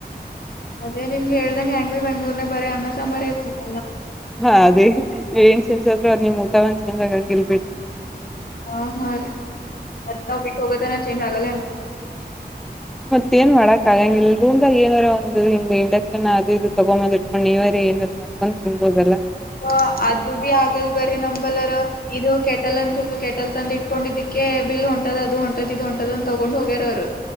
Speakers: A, on the left; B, in the centre.
A: ಅದೇ ನಿಮ್ಗೆ ಹೇಳ್ದಂಗ್ ಹೆಂಗ್ರಿ ಬೆಂಗ್ಳೂರ್ನಾಗ ಬರರಿ ಅನ್ನ ಸಂಬಾರೆ ಇರ್ತದ್
B: ಹಾ ಅದೇ ನೀ ಏನ್ ಚೇಂಜ್ ಆದ್ರು ಅದು ನಿಮ್ ಊಟ ಒಂದ್ ಚೇಂಜ್ ಆಗಂಗಿಲ್ ಬಿಡ್
A: ಹ ಹಾ ರೀ ಎಲ್ಲ ಬಿಟ್ಟ ಹೋಗತನ ಚೇಂಜ್ ಆಗಲ್ಲ ಆನ್
B: ಮತ್ತ ಏನ್ ಮಾಡಕ್ ಆಗಂಗ ಇಲ್ ರೂಮ್ದಾಗ ಏನಾರ ಒಂದು ಹಿಂಗ್ ಇಂಡಕ್ಷನ್ ಅದು ಇದು ತಗೊಬಂದ್ ಇಟ್ಕೊಂಡು ನೀವಾರಿ ಏನಾರ ಮಾಡ್ಕೊಂಡು ತಿನ್ಬೋದಲ್ಲ.
A: ಹ ಅದು ಬಿ ಆಗಲ್ ಬರ್ರಿ ನಂಬಲ್ಲಾರ ಇದು ಕೆಟಲ್ ಅಂತಿರ್ ರು ಕೆಟಲ್ ತಂದ ಇಟ್ಕೊಂಡಿದಕ್ಕೆ ಬಿಲ್ ಹೊಂಟ ಅದು ಹೊಂಟದ್ ಇದು ಹೊಂಟದ್ ಅಂತ್ ತೊಗೊಂಡ್ ಹೋಗ್ಯಾರ ಅವ್ರು.